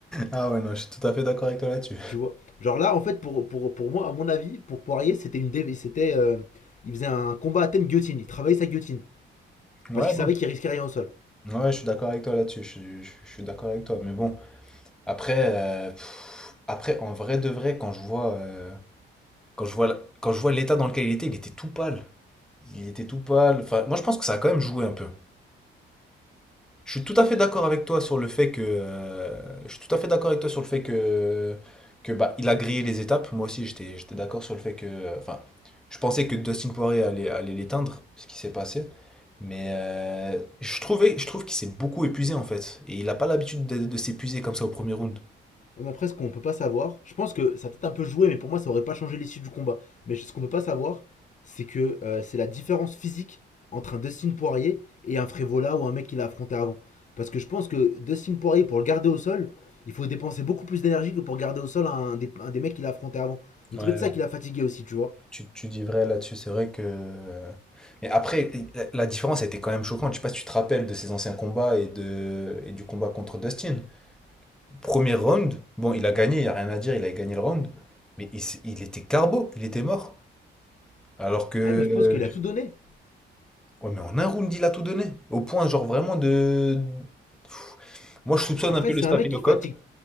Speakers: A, in the centre; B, on the left (about 40°).
A: Ah ouais, non, je suis tout à fait d'accord avec toi là-dessus.
B: Tu vois Genre là, en fait, pour, pour, pour moi, à mon avis, pour Poirier, c'était une dé- c'était, euh, il faisait un combat à thème guillotine. Il travaillait sa guillotine.
A: Ouais,
B: Parce qu'il
A: non.
B: savait qu'il risquait rien au sol.
A: Ouais, je suis d'accord avec toi là-dessus. Je, suis je suis- je suis d'accord avec toi. Mais bon. Après, euh, pff, après, en vrai de vrai, quand je vois, euh, quand je vois, la- quand je vois l'état dans lequel il était, il était tout pâle. Il était tout pâle. Enfin, moi, je pense que ça a quand même joué un peu. Je suis tout à fait d'accord avec toi sur le fait que, euh, je suis tout à fait d'accord avec toi sur le fait que, que bah, il a grillé les étapes. Moi aussi, j'étais, j'étais d'accord sur le fait que, euh, enfin, je pensais que Dustin Poirier allait, allait l'éteindre, ce qui s'est passé. Mais euh, je trouvais, je trouve qu'il s'est beaucoup épuisé en fait, et il n'a pas l'habitude de de s'épuiser comme ça au premier round.
B: On a presque qu'on peut pas savoir. Je pense que ça a peut-être un peu joué, mais pour moi, ça aurait pas changé l'issue du combat. Mais ce qu'on peut pas savoir, c'est que euh, c'est la différence physique entre un Dustin Poirier et un Frévola ou un mec qu'il a affronté avant. Parce que je pense que Dustin Poirier, pour le garder au sol, il faut dépenser beaucoup plus d'énergie que pour garder au sol un des, un des mecs qu'il a affronté avant. Donc
A: Ouais,
B: c'est peut-être ça qui l'a fatigué aussi, tu vois.
A: Tu, tu dis vrai là-dessus, c'est vrai que. euh, Mais après, la, la différence était quand même choquante. Je sais pas si tu te rappelles de ses anciens combats et, de, et du combat contre Dustin. Premier round, bon, il a gagné, il n'y a rien à dire, il a gagné le round. Mais il, s- il était carbo, il était mort. Alors que.
B: Ouais, mais je pense qu'il a tout donné.
A: Ouais, mais en un round, il a tout donné. Au point, genre, vraiment de. Pff, Moi, je soupçonne
B: Après,
A: un peu le
B: c'est
A: staphylocoque.
B: un mec qui fatigue